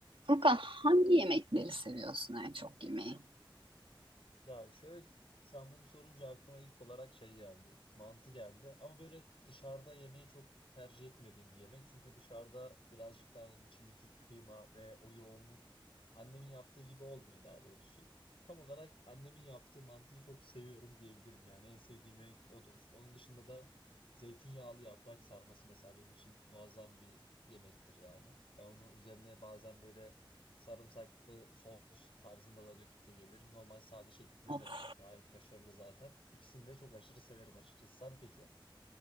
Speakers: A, on the right; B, on the left.
A: Furkan hangi yemekleri seviyorsun en çok yemeği?
B: Ya şöyle sen bunu sorunca aklıma ilk olarak şey geldi. Mantı geldi. Ama böyle dışarıda yemeği çok tercih etmediğim bir yemek. Çünkü dışarıda birazcık daha onun içindeki kıyma ve o yoğunluk annemin yaptığı gibi olmuyor daha doğrusu. Tam olarak annemin yaptığı mantıyı çok seviyorum diyebilirim yani. En sevdiğim yemek odur. Onun dışında da zeytinyağlı yaprak sarması mesela benim için muazzam bir yemektir yani. Ben onu üzerine bazen böyle Sarımsaklı sos tarzında da döküp de yiyebilirim. Normal sade şekilde
A: Of,
B: de gayet başarılı zaten. İkisini de çok aşırı severim açıkçası. Sen peki?